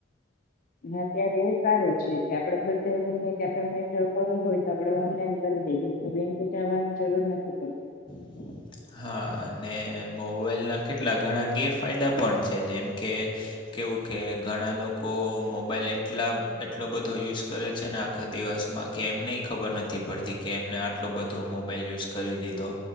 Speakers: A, on the left; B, on the left.
A: હા ત્યારે એ સારું છે, કે આપણેે બધું ગમે ત્યાં પેમેન્ટ કરવું હોય તો, આપડણે ઓનલાઈન કરી દઈએ બેંક જવાની જરૂર નથી પડતી.
B: <inaudible> હા, અને મોબાઈલના કેટલા ઘણા ગેરફાયદા પણ છે, જેમ કે કેવું કે ઘણા લોકો મોબાઈલ એટલા એટલો બધો યુઝ કરે છે, ને આખા દિવસમાં કે એમને ખબર નથી પડતી કે એમને આટલો બધો મોબાઈલ યુઝ કરી દીધો.